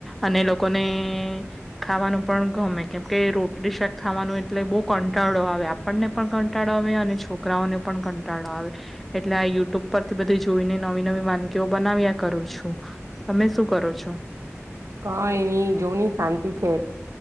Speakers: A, in the centre; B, on the right.
A: અને લોકોને ખાવાનું પણ ગમે, કેમકે રોટલી શાક ખાવાનું એટલે બહુ કંટાળો આવે, આપણને પણ કંટાળો આવે અને છોકરાઓને પણ કંટાળો આવે, એટલે આ યુટ્યુબ પરથી બધી જોઈને નવી નવી વાનગીઓ બનાવ્યા કરું છું, તમે શું કરો છો? <unintelligible>
B: કઈની જોની શાંતિ છે.